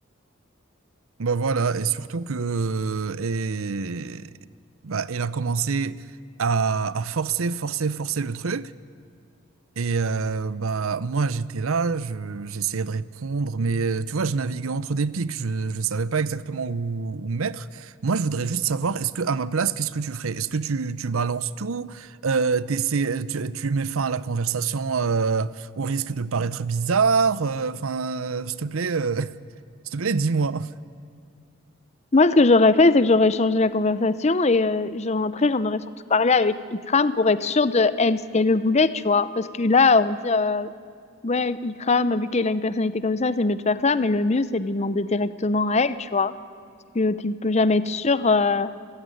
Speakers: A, on the right; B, on the left.
A: Bah voilà, et surtout que. Et. Bah, elle a commencé à, à forcer, forcer, forcer le truc. Et euh, bah moi j'étais là, je, j'essayais de répondre, mais euh, tu vois je naviguais entre des pics, je je savais pas exactement où, où me mettre. Moi je voudrais juste savoir est-ce que à ma place qu'est-ce que tu ferais? Est-ce que tu tu balances tout, euh, t'essaies- tu tu mets fin à la conversation euh, au risque de paraître bizarre, euh, enfin euh, s'il te plaît euh, <laughs> s'il te plaît dis-moi.
B: Moi, ce que j'aurais fait, c'est que j'aurais changé la conversation et euh, j'en- après, j'en aurais surtout parlé avec Ikram pour être sûre de elle, ce qu'elle voulait, tu vois. Parce que là, on dit, euh, ouais, Ikram, vu qu'elle a une personnalité comme ça, c'est mieux de faire ça, mais le mieux, c'est de lui demander directement à elle, tu vois. Parce que tu peux jamais être sûre, euh,